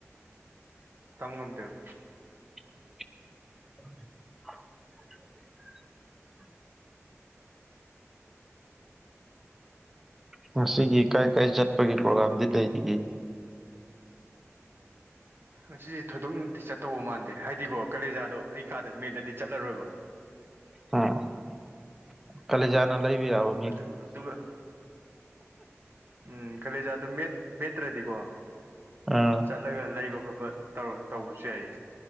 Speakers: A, on the right; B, in the centre.
A: ꯇꯝ ꯉꯝꯗꯦꯕ
B: <unintelligible> ꯉꯁꯤꯒꯤ ꯀꯥꯏ ꯀꯥꯏ ꯆꯠꯄꯒꯤ ꯄ꯭ꯔꯣꯒꯥꯝꯗꯤ ꯂꯩꯔꯤꯒꯦ
A: ꯉꯁꯤꯁꯦ ꯊꯣꯏꯗꯣꯛꯅꯗꯤ ꯆꯠꯇꯧꯕ ꯃꯥꯟꯗꯦ ꯍꯥꯏꯗꯤꯀꯣ ꯀꯂꯦꯖꯥꯗꯣ ꯑꯩ ꯀꯥꯗ ꯃꯦꯠꯂꯗꯤ ꯆꯠꯂꯔꯣꯏꯕ
B: ꯎꯝ ꯀꯂꯦꯖꯥꯅ ꯂꯩꯕ ꯌꯥꯕꯥ
A: ꯑꯗꯨ ꯑꯗꯨꯒ ꯎꯝ ꯀꯂꯦꯖꯥꯗꯣ ꯃꯦꯠ ꯃꯦꯠꯇ꯭ꯔꯗꯤꯀꯣ
B: ꯑꯥ
A: ꯆꯠꯂꯒ ꯂꯩꯕ ꯈꯣꯠꯄ ꯇꯧꯔ ꯇꯧꯕꯁꯨ ꯌꯥꯏꯌꯦ